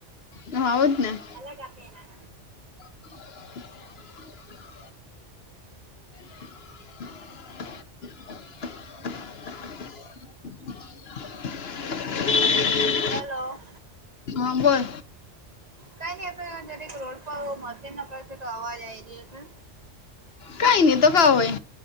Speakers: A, on the left; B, on the right.
A: હઉદને
B: અલગ આપ આપીના
A: <unintelligible> <unintelligible> <unintelligible>
B: હલો.
A: હા બર.
B: કઈ ન. દરેક રોડ પર મશીન ન પડશે તો અવાજ આઈ રહ્યો છે.
A: કઈ નહી તો ક હોય.